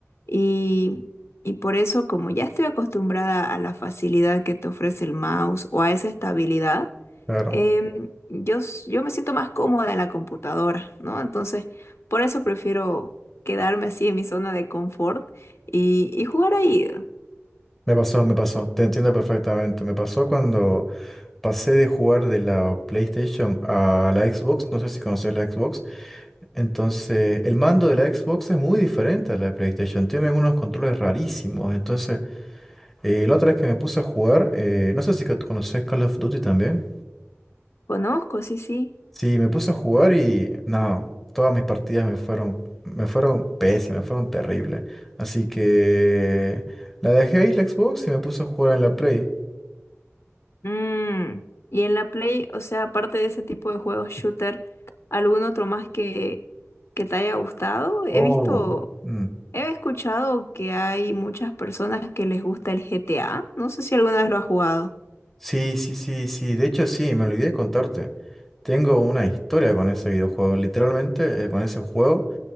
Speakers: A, on the left; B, in the centre.
A: Y, y por eso, como ya estoy acostumbrada a la facilidad que te ofrece el mouse o a esa estabilidad,
B: Claro.
A: em, yo, s- yo me siento más cómoda en la computadora, ¿no? Entonces, por eso prefiero quedarme así en mi zona de confort y, y jugar ahí.
B: Me pasó, me pasó. Te entiendo perfectamente. Me pasó cuando pasé de jugar de la PlayStation a la Xbox. No sé si conoces la Xbox. Entonces, el mando de la Xbox es muy diferente a la de PlayStation. Tiene algunos controles rarísimos. Entonces, eh, la otra vez que me puse a jugar, eh, no sé si que conoces Call of Duty también.
A: Conozco, sí, sí.
B: Sí, me puse a jugar y no, todas mis partidas me fueron, me fueron pésimas, fueron terribles. Así que la dejé ahí la Xbox y me puse a jugar en la Play.
A: Mm, Y en la Play, o sea, aparte de ese tipo de juegos shooter, ¿algún otro más que, que te haya gustado? He
B: Oh.
A: visto,
B: Mm.
A: he escuchado que hay muchas personas que les gusta el GTA. No sé si alguna vez lo has jugado.
B: Sí, sí, sí, sí. De hecho, sí, me olvidé de contarte. Tengo una historia con ese videojuego. Literalmente, eh, con ese juego.